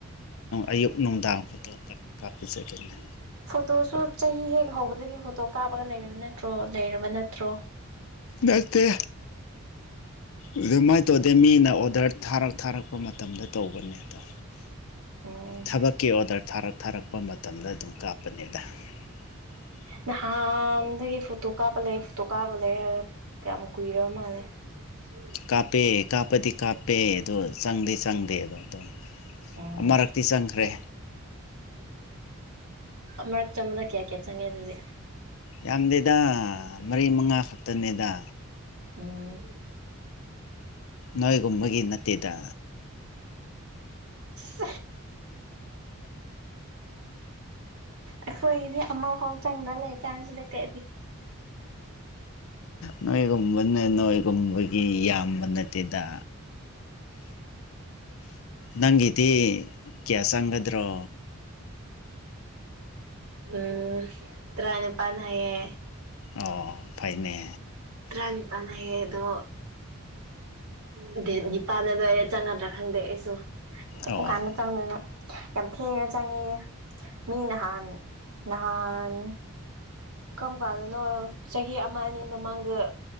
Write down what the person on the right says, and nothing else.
ꯐꯣꯇꯣꯁꯨ ꯆꯍꯤ ꯍꯦꯛ ꯍꯧꯕꯗꯒꯤ ꯐꯣꯇꯣ ꯀꯥꯞꯄꯒ ꯂꯩꯔꯕ ꯅꯠꯇ꯭ꯔꯣ ꯂꯩꯔꯕ ꯅꯠꯇ꯭ꯔꯣ
ꯎꯝ
ꯅꯍꯥꯟꯗꯒꯤ ꯐꯣꯇꯣ ꯀꯥꯞꯄ ꯂꯩ ꯐꯣꯇꯣ ꯀꯥꯞꯄ ꯂꯩ ꯀꯌꯥꯝ ꯀꯨꯏꯔ ꯃꯥꯜꯂꯦ <inaudible>
ꯎꯝ
ꯃꯔꯛ ꯆ ꯑꯃꯗ ꯀꯌꯥ ꯀꯌꯥ ꯆꯪꯒꯦ ꯑꯗꯨꯗꯤ
ꯎꯝ
<unintelligible> ꯑꯩꯈꯣꯏꯗꯤ ꯑꯃꯐꯥꯎ ꯆꯪꯗ꯭ꯔ ꯂꯩ ꯀꯥꯟꯁꯤꯗ ꯀ
ꯎꯝ ꯇꯔꯥꯅꯤ ꯄꯥꯟ ꯍꯥꯏꯌꯦ
ꯑꯩ ꯄꯥꯟꯅꯍꯦꯗꯣ ꯑꯗꯨ ꯅꯤꯄꯥꯥꯟꯅꯗ ꯑꯩꯔ ꯆꯪꯒꯗ꯭ꯔꯥ ꯈꯪꯗꯦ ꯑꯩꯁꯨ
ꯆꯪꯗꯅ ꯌꯥꯝ ꯊꯦꯡꯅ ꯆꯪꯉꯛꯌꯦ ꯃꯤ ꯅꯍꯥꯟ ꯅꯍꯥꯟ ꯀꯔꯝ ꯀꯥꯟꯗꯅꯣ ꯆꯍꯤ ꯑꯃ ꯑꯅꯤ ꯃꯃꯥꯡꯗ ꯑꯗ